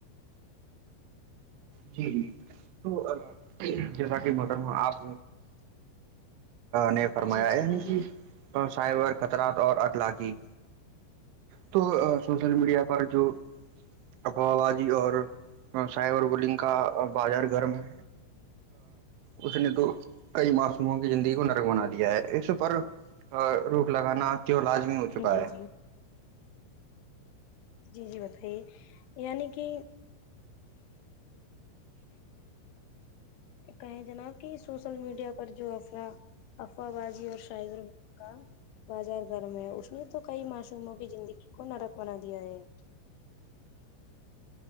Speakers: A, on the right; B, on the left.
A: جی جی تو جیسا کہ مب آپ نے فرمایا
B: جی جی بولیے
A: کہ تو سائبر خطرات اور اطلاقی تو سوشل میڈیا پر جو افوبادی اور سائبر بلنگ کا بازار گرم ہے اس نے تو کئی معسوموں کی زندگی کو نرک بنا دیا ہے اس پر روک لگانا کی لازمی ہو چکا
B: جی
A: ہے
B: جی جی جی بتائیے یعنی کہ کہیں جناب کہ سوشل میڈیا پر جو افر افواہ بازی اور شائز کا بازار گھر میں اس نے تو کئی معصوموں کی زندگی کو نرک بنا دیا ہے